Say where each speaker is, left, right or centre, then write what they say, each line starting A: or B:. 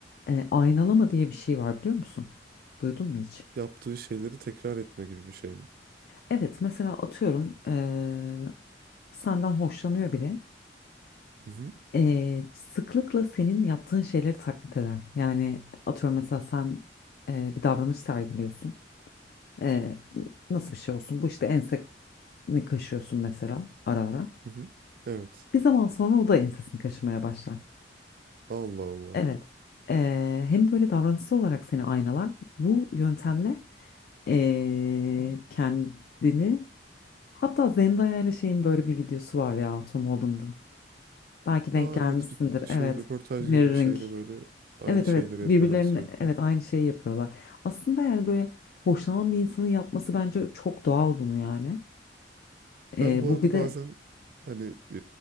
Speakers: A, on the left; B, on the right.
A: E, aynalama diye bir şey var biliyor musun? Duydun mu hiç?
B: Yaptığı şeyleri tekrar etme gibi bir şey mi?
A: Evet mesela atıyorum e, senden hoşlanıyor biri.
B: Mhm.
A: E, sıklıkla senin yaptığın şeyleri taklit eder. Yani atıyorum mesela sen e, bir davranış sergiliyorsun. Ee, nasıl bir şey olsun? Bu işte enseni kaşıyorsun mesela ara ara.
B: Hı hı. Evet.
A: Bir zaman sonra o da ensesini kaşımaya başlar.
B: Allah Allah.
A: Evet. Ee, hem böyle davranışsal olarak seni aynalar. Bu yöntemle ee, kendini hatta Zendaya ile şeyin böyle bir videosu var ya Tom Holland'ın. Belki denk
B: Aa
A: gelmişsindir.
B: evet bir şey
A: Evet.
B: röportaj
A: Mirroring.
B: gibi bir şey de böyle aynı
A: Evet
B: şeyleri
A: evet birbirlerine
B: yapıyorlar sürekli.
A: evet aynı şeyi yapıyorlar. Aslında yani böyle hoşlanan bir insanın yapması bence çok doğal bunu yani. Ee,
B: Ben bu
A: bu
B: arada
A: bir de
B: bazen hani e,